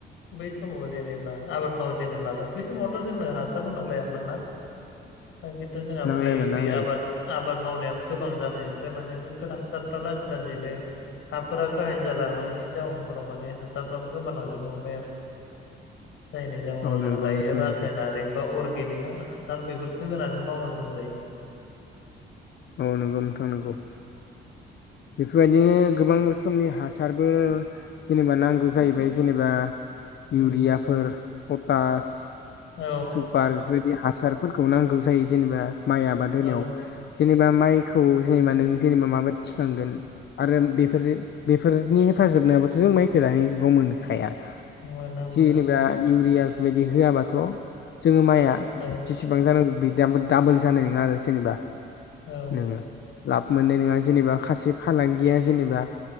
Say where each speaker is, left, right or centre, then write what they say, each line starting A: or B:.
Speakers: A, on the left (about 80°); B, on the left (about 65°).
A: बै समाव जेनेबा आबाद मावजेनना लादों बै समावथ' जोंनो हासार होनांलायामोनना। दा खिन्थु जोंहा
B: नांलायामोन
A: फैयै
B: नांलायामोन
A: फैयै आबाद आबाद मावनायाव गोबां जानाय ओमफ्राय माने बेफोर हासारफ्रा लासै लासैनो। हाफोरा गाज्रि जालांनायनि जाउनफोराव माने हासारफोराबो गोमालांजोबनो हमबाय आरो। जायनि जाहोनाव
B: औ
A: जोंङो
B: नंगौ
A: दायो
B: नोंथां
A: रासायनारिक
B: नंगौ
A: बा अर्गेनिक हासार बेफोरखौ होनानै मावनो गोनां जायो।
B: औ नंगौ नोंथां नंगौ। बेफोरबायदिनो गोबां रोखोमनि हासारबो जेनेबा नांगौ जाहैबाय जेनेबा।
A: उम
B: इउरियाफोर पटास
A: औ
B: सुपार बेफोर बायदि बे हासारफोरखौ नांगौ जायो जेनेबा माइ आबाद होनायाव।
A: औ
B: जेनेबा माइखौ जेनेबा नों जेनेबा माबा थिखांगोन आरो बेफोरनि हेफाजाब नङाबाथ' जों माइखौ दानि जुगाव मोनखाया ।
A: मोना मोना
B: जेनेबा इउरिया बेफोरबायदि होआबाथ' जोङो माइआ।
A: औ
B: जेसेबां जानांगौ बिदि दाबोल जानाय नङा आरो जेनेबा
A: औ
B: नोङो। लाब मोननाय नङा जेनेबा खासे फालांगिया जेनेबा